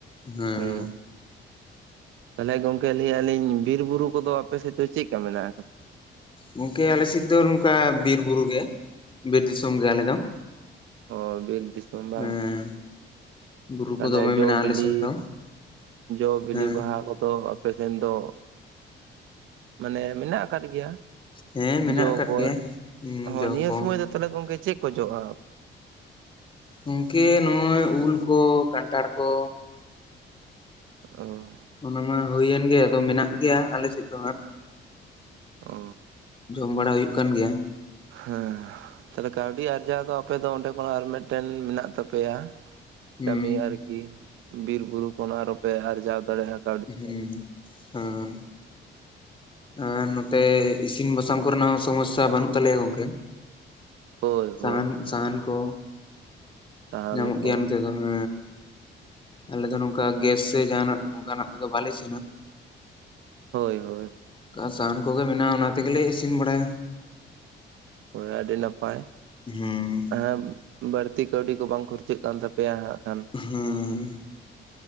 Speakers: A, on the left (about 25°); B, on the right (about 80°).
A: ᱦᱮᱸ
B: ᱦᱩᱸ᱾ ᱛᱟᱦᱞᱮ ᱜᱚᱝᱠᱮ ᱞᱟᱹᱭᱮᱜ-ᱟ ᱞᱤᱧ ᱵᱤᱨ ᱵᱩᱨᱩ ᱠᱚᱫᱚ ᱟᱯᱮ ᱥᱮᱡ ᱫᱚ ᱪᱤᱜᱠᱟ ᱢᱮᱱᱟᱜ ᱟᱠᱟᱫᱟ?
A: ᱜᱚᱝᱠᱮ ᱟᱞᱮ ᱥᱮᱡ ᱫᱚ ᱱᱚᱝᱠᱟ ᱵᱤᱨ ᱵᱩᱨᱩ ᱜᱮ, ᱵᱤᱨ ᱫᱤᱥᱚᱢ ᱜᱮ ᱟᱞᱮ ᱫᱚ᱾
B: ᱚ, ᱵᱤᱨ ᱫᱤᱥᱚᱢ ᱵᱟᱝ?
A: ᱦᱮᱸ ᱵᱩᱨᱩ
B: ᱛᱟᱦᱞᱮ
A: ᱠᱚ ᱫᱚᱢᱮ
B: ᱡᱚ-ᱵᱤᱞᱤ,
A: ᱢᱮᱱᱟᱜᱼᱟ ᱟᱞᱮ ᱥᱮᱫ ᱫᱚ
B: ᱡᱚ-ᱵᱤᱞᱤ
A: ᱦᱮᱸ
B: ᱵᱟᱦᱟ ᱠᱚᱫᱚ ᱟᱯᱮᱥᱮᱱ ᱫᱚ ᱢᱟᱱᱮ ᱢᱮᱱᱟᱜ ᱟᱠᱟᱫ ᱜᱮᱭᱟ
A: ᱦᱮᱸ ᱢᱮᱱᱟᱜ
B: ᱡᱚ
A: ᱟᱠᱟᱫ
B: ᱠᱚ᱾
A: ᱜᱮᱭᱟ
B: ᱦᱚᱸ
A: ᱡᱚ
B: ᱱᱤᱭᱟᱹ
A: ᱠᱚ
B: ᱥᱩᱢᱚᱭ ᱫᱚ ᱛᱟᱦᱞᱮ ᱜᱚᱝᱠᱮ ᱪᱮᱫ ᱠᱚ ᱡᱚᱜ-ᱟ?
A: ᱜᱚᱝᱠᱮ ᱱᱚᱜ-ᱚᱭ ᱩᱞ ᱠᱚ, ᱠᱟᱱᱴᱷᱟᱲ ᱠᱚ᱾
B: ᱚ᱾
A: ᱚᱱᱟ ᱢᱟ ᱦᱩᱭᱮᱱ ᱜᱮ ᱟᱫᱚ ᱢᱮᱱᱟᱜ ᱜᱮᱭᱟ ᱟᱞᱮ ᱥᱮᱡ ᱫᱚ ᱦᱟᱸᱜ᱾
B: ᱚ
A: ᱡᱚᱢ ᱵᱟᱲᱟ ᱦᱩᱭᱩᱜ ᱠᱟᱱ ᱜᱮᱭᱟ᱾
B: ᱦᱮᱸ, ᱛᱟᱦᱞᱮ ᱠᱟᱹᱣᱰᱤ ᱟᱨᱡᱟᱣ ᱫᱚ ᱟᱯᱮ ᱫᱚ ᱚᱸᱰᱮ ᱠᱷᱚᱱᱟᱜ ᱟᱨ ᱢᱮᱫᱴᱮᱱ ᱢᱮᱱᱟᱜ ᱛᱟᱯᱮᱭᱟ?
A: ᱦᱩᱸ
B: ᱠᱟᱹᱢᱤ ᱟᱨᱠᱤ ᱵᱤᱨ ᱵᱩᱨᱩ ᱠᱷᱚᱱ ᱟᱨᱚᱯᱮ ᱟᱨᱡᱟᱣ ᱫᱟᱲᱮᱭᱟᱜ-ᱟ᱾
A: ᱦᱮᱸ ᱦᱚᱸ ᱟᱨ ᱱᱚᱛᱮ ᱤᱥᱤᱱ ᱵᱟᱥᱟᱝ ᱠᱚᱨᱮᱱᱟᱜ ᱥᱚᱢᱚᱥᱥᱟ ᱵᱟᱹᱱᱩᱜ ᱛᱟᱞᱮᱭᱟ ᱜᱚᱝᱠᱮ᱾
B: ᱦᱳᱭ
A: ᱥᱟᱦᱟᱱ
B: ᱦᱳᱭ
A: ᱥᱟᱦᱟᱱ ᱠᱚ
B: ᱥᱟᱦᱟᱱ
A: ᱧᱟᱢᱚᱜ
B: ᱠᱚ
A: ᱜᱮᱭᱟ ᱱᱚᱛᱮ ᱫᱚ᱾ ᱦᱮᱸ ᱟᱞᱮ ᱫᱚ ᱱᱚᱝᱠᱟ ᱜᱮᱥ ᱥᱮ ᱡᱟᱦᱟᱸᱱᱟᱜ ᱚᱱᱠᱟᱱᱟᱜ ᱛᱮᱫᱚ ᱵᱟᱞᱮ ᱤᱥᱤᱱᱟ᱾
B: ᱦᱳᱭ - ᱦᱳᱭ
A: ᱠᱟ ᱥᱟᱦᱟᱱ ᱠᱚᱜᱮ ᱢᱮᱱᱟᱜᱼᱟ ᱚᱱᱟ ᱛᱮ ᱜᱮᱞᱮ ᱤᱥᱤᱱ ᱵᱟᱲᱟᱭᱼᱟ᱾
B: ᱦᱳᱭ ᱟᱹᱰᱤ ᱱᱟᱯᱟᱭ
A: ᱦᱩᱸ
B: ᱦᱮᱸ ᱵᱟᱹᱲᱛᱤ ᱠᱟᱹᱣᱰᱤ ᱠᱚ ᱵᱟᱝ ᱠᱷᱩᱨᱪᱟᱹᱜ ᱠᱟᱱ ᱛᱟᱯᱮᱭᱟ ᱦᱟᱸᱜ ᱠᱷᱟᱱ᱾
A: ᱦᱩᱸ